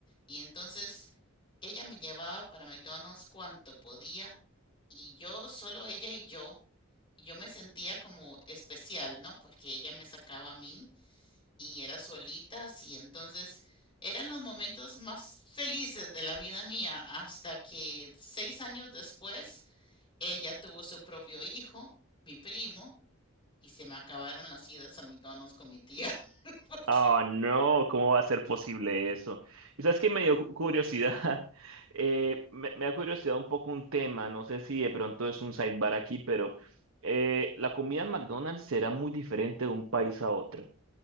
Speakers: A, on the left; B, on the right.
A: y entonces ella me llevaba para McDonald's cuanto podía y yo solo ella y yo y yo me sentía como especial, ¿no? Porque ella me sacaba a mí y era solita y entonces eran los momentos más felices de la vida mía hasta que seis años después ella tuvo su propio hijo, mi primo, y se me acabaron las idas a McDonald's con mi tía. Ok.
B: Ah, no, ¿cómo va a ser posible eso? Y sabes que me dio cu- curiosidad, <laughs> eh, me, me da curiosidad un poco un tema, no sé si de pronto es un sidebar aquí, pero eh, la comida en McDonald's será muy diferente de un país a otro.